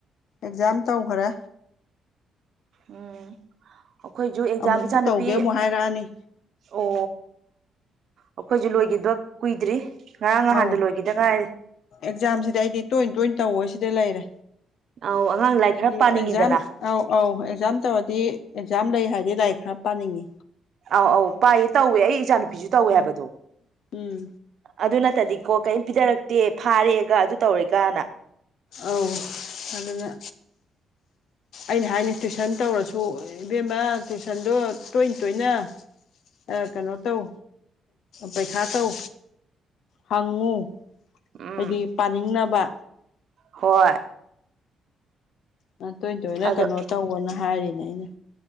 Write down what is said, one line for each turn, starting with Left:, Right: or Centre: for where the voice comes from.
Left: ꯑꯦꯛꯖꯥꯝ ꯇꯧꯈ꯭ꯔꯦ
Right: ꯎꯝ ꯑꯩꯈꯣꯏꯁꯨ ꯑꯦꯛꯖꯥꯝ
Left: ꯑꯃꯨꯛꯄꯨ
Right: ꯏꯆꯥꯅꯨꯄꯤ
Left: ꯇꯧꯒꯦ ꯑꯃꯨꯛ ꯍꯥꯏꯔꯛꯑꯅꯤ
Right: ꯑꯣ ꯑꯩꯈꯣꯏꯁꯨ ꯂꯣꯏꯒꯤꯕ ꯀꯨꯏꯗ꯭ꯔꯤ ꯉꯔꯥꯡ ꯅꯍꯥꯟꯗ
Left: ꯑꯧ
Right: ꯂꯣꯏꯈꯤꯗ ꯉꯥꯏꯔꯤ
Left: ꯑꯦꯛꯖꯥꯝꯁꯤꯗꯤ ꯑꯩꯗꯤ ꯇꯣꯏ ꯇꯣꯏ ꯇꯧ ꯑꯁꯤꯗ ꯂꯩꯔꯦ
Right: ꯑꯧ ꯑꯉꯥꯡ ꯂꯥꯏꯔꯤꯛ
Left: ꯍꯥꯏꯗꯤ
Right: ꯈꯔ ꯄꯥꯅꯤꯡꯉꯤꯗꯅ
Left: ꯑꯦꯛꯖꯥꯝ ꯑꯧ ꯑꯧ ꯑꯦꯛꯖꯥꯝ ꯇꯧꯔꯗꯤ ꯑꯦꯛꯖꯥꯝ ꯂꯩ ꯍꯥꯏꯗꯤ ꯂꯥꯏꯔꯤꯛ ꯈꯔ ꯄꯥꯅꯤꯡꯉꯤ
Right: ꯑꯧ ꯑꯧ ꯄꯥꯏꯌꯦ ꯇꯧꯋꯦ ꯑꯩ ꯏꯆꯥ ꯅꯨꯨꯄꯤꯁꯨ ꯇꯧꯋꯦ
Left: ꯎꯝ
Right: ꯍꯥꯏꯕꯗꯣ
Left: ꯎꯝ
Right: ꯑꯗꯨ ꯅꯠꯇꯗꯤꯀꯣ ꯀꯔꯤꯝ ꯄꯤꯗꯔꯛꯇꯦ ꯐꯥꯔꯦꯒ ꯑꯗꯨ ꯇꯧꯔꯦꯒꯅ
Left: ꯑꯧ ꯑꯗꯨꯅ ꯑꯩꯅ ꯍꯥꯏꯅꯤ ꯇꯨꯏꯁꯟ ꯇꯧꯔꯁꯨ ꯏꯕꯦꯝꯃ ꯇꯨꯏꯁꯟꯗꯣ ꯇꯣꯏ ꯇꯣꯏꯅ ꯑ ꯀꯩꯅꯣ ꯇꯧ ꯄꯩꯁꯥ ꯇꯧ ꯍꯪꯉꯨ
Right: ꯎꯝ
Left: ꯍꯥꯏꯗꯤ ꯄꯥꯅꯤꯡꯅꯕ
Right: ꯍꯣꯏ
Left: ꯃ ꯇꯣꯏ ꯇꯣꯏꯅ
Right: ꯑꯗꯣ
Left: ꯀꯩꯅꯣ ꯇꯧꯑꯣꯅ ꯍꯥꯏꯔꯤꯅꯦ ꯑꯩꯅ